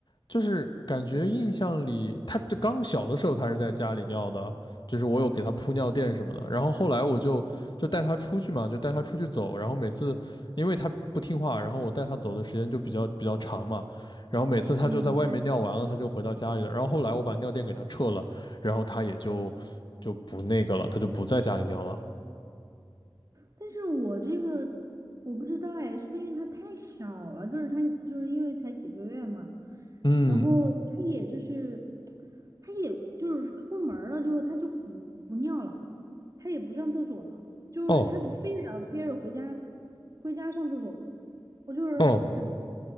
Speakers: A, on the left; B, on the right.
A: 就是感觉印象里，他就刚小的时候他是在家里尿的，就是我有给他铺尿垫什么的，然后后来我就就带他出去嘛，就带他出去走，然后每次因为他不听话，然后我带他走的时间就比较比较长嘛，然后每次他就在外面尿完了，
B: 嗯，
A: 他就回到家里了，然后后来我把尿垫给他撤了，然后他也就就不那个了，他就不在家里尿了，
B: 但是我这个我不知道哎，是不是因为他太小了？就是他就是因为才几个月嘛，
A: 嗯，
B: 然后他也就是他也就是出门儿了之后他就不不尿了，他也不上厕所了，就是他就非得要憋着回家
A: 哦
B: 回家上厕所，我就是有点儿搞不太懂。
A: 哦。